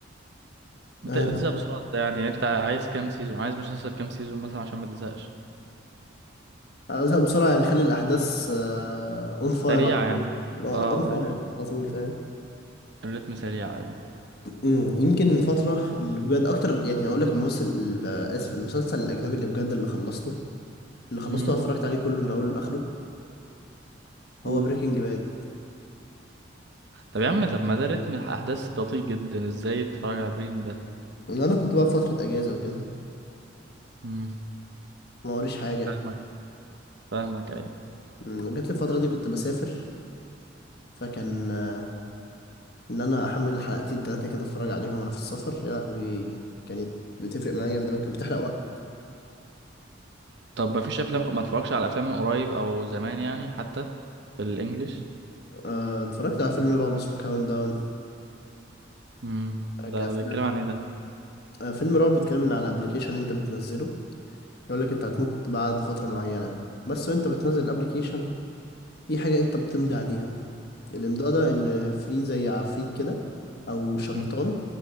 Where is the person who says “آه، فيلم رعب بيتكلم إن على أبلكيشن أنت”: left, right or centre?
Left